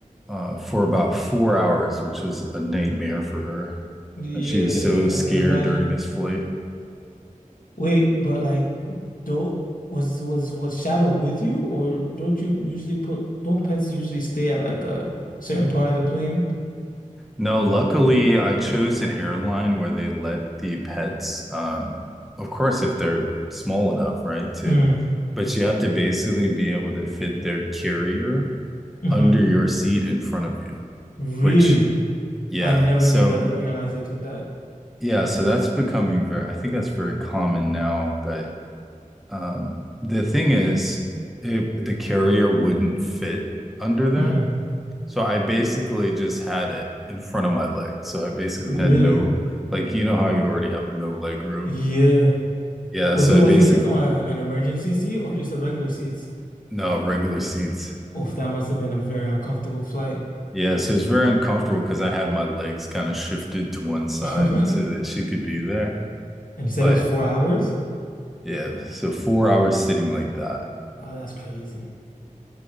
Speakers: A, in the centre; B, on the left (about 85°).
A: uh for about four hours, which was a nightmare for her.
B: Yeah,
A: And she was so scared
B: I can imagine.
A: during this flight.
B: Wait, but like, don't was was was Shadow with you or don't you usually put don't pets usually stay at like a certain part of the plane?
A: No, luckily I chose an airline where they let the pets, um, of course, if they're small enough, right? To,
B: Mm.
A: but you have to basically be able to fit their carrier
B: hmm
A: under your seat in front of you,
B: Really?
A: which, yeah.
B: I never
A: So,
B: knew that there were airlines that did that.
A: yeah, so that's becoming very, I think that's very common now. But um, the thing is, it, the carrier wouldn't fit under there.
B: Mm-hmm.
A: So I basically just had it in front of my leg. So I basically
B: Really?
A: had no, like, you know how you already have no leg room?
B: Yeah.
A: Yeah.
B: Was
A: So
B: it
A: I
B: was
A: basically,
B: it uh, an emergency seat or just a regular seats?
A: no, regular seats.
B: Oh, that must have been a very uncomfortable flight.
A: Yeah. So it's very uncomfortable because I had my legs kind of shifted to one side
B: <laughs>
A: so that she could be there.
B: And you said
A: But
B: it was four hours?
A: yeah. So four hours sitting like that.
B: Oh, that's crazy.